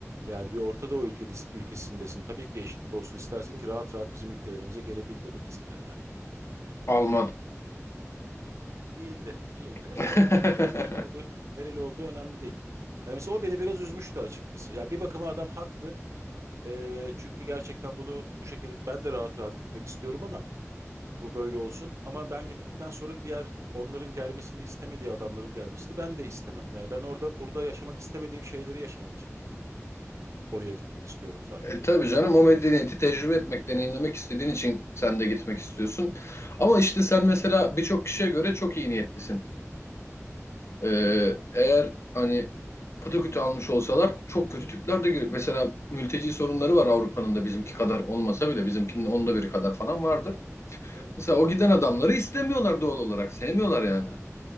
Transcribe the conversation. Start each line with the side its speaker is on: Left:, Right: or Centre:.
Right: Yani bir Orta Doğu ülkedis- ülkesindesin. Tabii ki eşitlik olsun istersin ki rahat rahat bizim ülkelerimize gelebil dedi mesela yani.
Left: Alman.
Right: Değildi. Değildi. Neyse
Left: <laughs>
Right: önemli değil ya. Kim oldu, nereli olduğu önemli değil. Yani mesela o beni biraz üzmüştü açıkçası. Ya bir bakıma adam haklı. Ee, çünkü gerçekten bunu bu şekilde ben de rahat rahat gitmek istiyorum ama bu böyle olsun. Ama ben gittikten sonra diğer onların gelmesini istemediği adamların gelmesini ben de istemem. Yani ben orada burada yaşamak istemediğim şeyleri yaşamak için Oraya gitmek istiyorum zaten.
Left: E, tabii canım o medeniyeti tecrübe etmek, deneyimlemek istediğin için sen de gitmek istiyorsun. Ama işte sen mesela birçok kişiye göre çok iyi niyetlisin. E, eğer hani patakütü almış olsalar çok kötü tipler de girip mesela mülteci sorunları var Avrupa'nın da bizimki kadar olmasa bile bizimkinin onda biri kadar falan vardır.
Right: Evet.
Left: Mesela o giden adamları istemiyorlar doğal olarak sevmiyorlar yani.